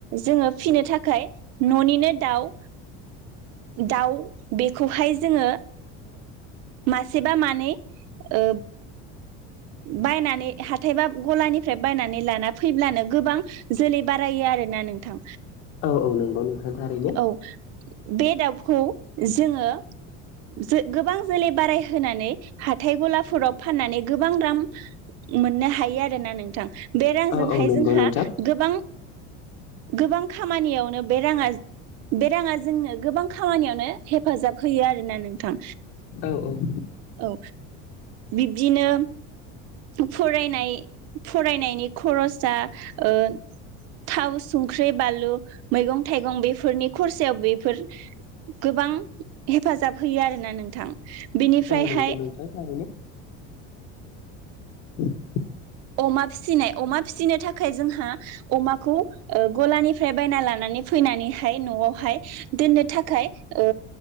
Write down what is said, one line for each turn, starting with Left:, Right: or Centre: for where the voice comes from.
Right: जोङो फिसिनो थाखाय ननिनो दाउ दाउ बेखौहाय जोङो मासे बा मानै ओ बायनानै हाथायबा गलानिफ्राय बायनानै लाना फैब्लानो गोबां जोलै बारायो आरो ना नोंथां
Left: औ औ नंगौ नोंथां थारैनो
Right: औ बे दाउखौ जोङो जो गोबां जोलै बाराय होनोनानै हाथाय गलाफोराव फाननानै गोबां रामम मोननो हायो आरोना नोंथां बे रांजोंहाय
Left: औ औ नंगौ
Right: जोंहा
Left: नोंथां
Right: गोबां गोबां खामानियावनो बे राङा बे राङा जोंनो गोबां खामानियावनो हेफाजाब होयो आरोना नोंथां
Left: औ औ
Right: औ बिब्दिनो फरायनाय फरायनायनि खरसा ओ थाव संख्रि बानलु मैगं थाइगं बेफोरनि खरसायाव बेफोर गोबां हेफाजाब होयो आरोना नोंथां बेनिफ्रायहाय
Left: औ नोंगौ नोंथां थारैनो <inaudible>
Right: अमा फिसिनाय अमा फिसिनो थाखाय जोंहा अमाखौ ओ गलानिफ्राय बायना लानानै फैनानैहाय न'आवहाय दोननो थाखाय ओ